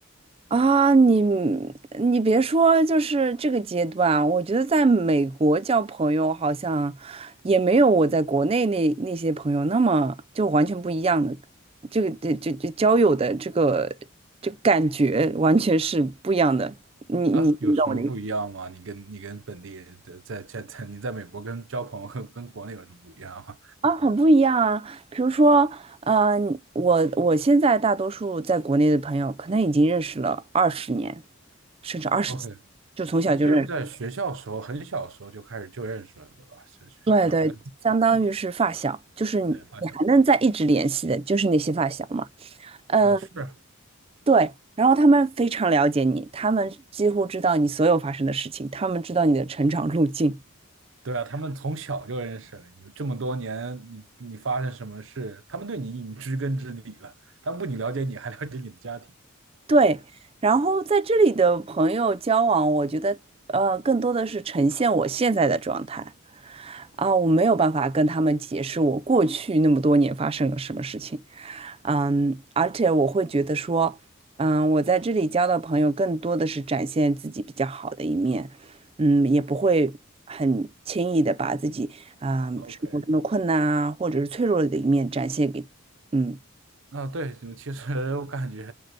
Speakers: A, on the right; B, on the right.
A: 啊，你你别说，就是这个阶段，我觉得在美国交朋友好像也没有我在国内那那些朋友那么就完全不一样的，这个这这这交友的这个这个感觉完全是不一样的。你你你懂我的意思
B: 啊，有什么不一样吗？你跟你跟本地人的在在在你在美国跟交朋友跟国内有什么不一样吗
A: 啊，很不一样啊。比如说，呃，我我现在大多数在国内的朋友，可能已经认识了二十年，甚至二十几，
B: ？OK，
A: 就从小就认识。
B: 那就是在学校时候，很小时候就开始就认识了，对吧？小学小学
A: 对对，相当于是发小，就是你你还能在一直联系的，
B: 对发小。
A: 就是那些发小嘛。嗯，
B: 啊，是
A: 对。然后他们非常了解你，他们几乎知道你所有发生的事情，他们知道你的成长路径。
B: 对啊，他们从小就认识了你，这么多年，你你发生什么事，他们对你已经知根知底了，他们不仅了解你，还了解你的家庭。
A: 对。然后在这里的朋友交往，我觉得呃，更多的是呈现我现在的状态啊，我没有办法跟他们解释我过去那么多年发生了什么事情。嗯，而且我会觉得说，嗯，我在这里交的朋友更多的是展现自己比较好的一面，嗯，也不会很轻易的把自己啊，
B: OK，
A: 生活中的困难啊，或者是脆弱的一面展现给，嗯，
B: 啊，对，就其实 <laughs> 我感觉